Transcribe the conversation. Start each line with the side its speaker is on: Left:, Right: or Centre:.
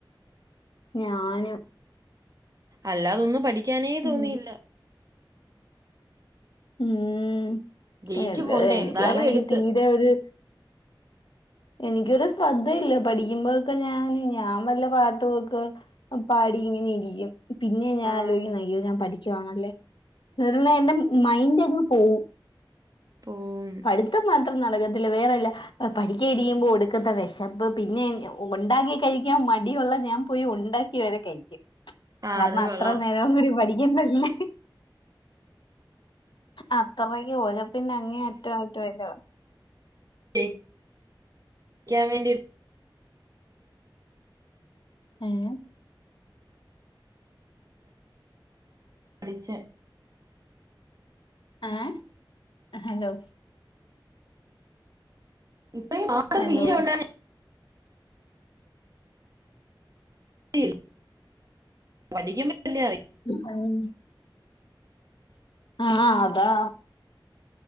Left: ഞാനും
Right: അല്ലാതൊന്നും പഠി ക്കാനേ
Left: ഉം
Right: തോന്നിയില്ല.
Left: ഉം
Right: ജയിച്ചു
Left: എന്താ
Right: പോണ്ടേ
Left: എനിക്കാണെങ്കി
Right: എന്നാലും എടുത്ത്
Left: തീരെ ഒരു എനിക്കൊരു ശ്രദ്ധയില്ല പഠിക്കുമ്പോഴൊക്കെ ഞാന് ഞാൻ വല്ല പാട്ടുവൊക്ക് പാടി ഇങ്ങനെ ഇരിക്കും പിന്നെ ഞാൻ
Right: ആഹ്
Left: ആലോയ്ക്കുന്നേ അയ്യോ ഞാൻ പഠിക്കുവാണല്ലേ ഇവിടെയുള്ള എൻ്റെ മ മൈന്റ് അങ്ങ് പോവും.
Right: പോവും
Left: പഠിത്തം മാത്രം നടക്കത്തില്ല വേറെല്ല ആ പഠി ക്കാ ഇരിക്കുമ്പോ ഒടുക്കത്തെ വെശപ്പ് പിന്നെ ഉണ്ടാക്കി കഴിക്കാൻ മടിയുള്ള ഞാൻ പോയി ഉണ്ടാക്കി വരെ കയ്ക്കും.
Right: ആഹ്
Left: കാരണം
Right: അത്
Left: അത്ര
Right: കൊള്ളാം
Left: നേരം കൂടി പഠിക്കണ്ടല്ലേ അത്രക്ക് ഒഴ പ്പിന്നെ അങ്ങേ അറ്റോ ആയിട്ട് വര്വോ
Right: യെ ക്ക്യാൻ വേണ്ടി
Left: ഏഹ്
Right: പഠിച്ച
Left: ഏഹ്, ഹലോ
Right: ഇപ്പയും ആട്
Left: ഹലോ
Right: <unintelligible> ശൽ പടിക്കുമ്പല്ലേ അറി
Left: ഉം ആ അ അതാ